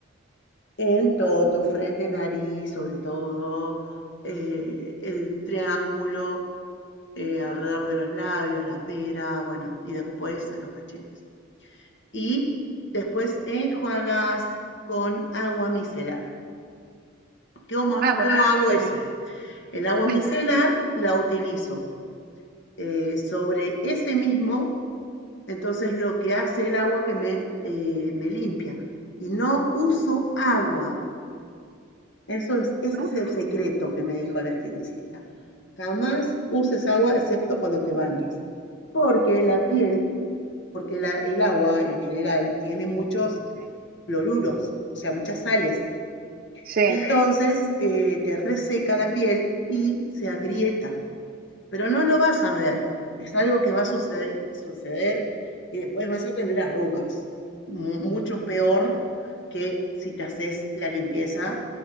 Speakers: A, on the left; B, on the right.
A: En todo, tu frente, nariz, sobre todo, eh, el triángulo eh, alrededor de los labios, la pera, bueno, y después a los cachetes. Y después enjuagas con agua micelar. ¿Cómo,
B: Ah, con
A: cómo
B: agua
A: hago
B: micelar,
A: eso? El agua
B: Mm,
A: micelar la utilizo eh, sobre ese mismo, entonces lo que hace el agua que me, eh, me limpia. Y no uso agua Eso es, ese
B: ¿no?
A: es el secreto que me dijo la esteticista. Jamás uses agua excepto cuando te bañes, porque la piel, porque la- el agua en general tiene muchos
B: Sí.
A: cloruros, o sea, muchas sales.
B: Sí.
A: <laughs> Entonces, eh, te reseca la piel y se agrieta pero no lo vas a ver. Es algo que va a suceder, suceder y después vas a tener arrugas, mu- mucho peor que si te haces la limpieza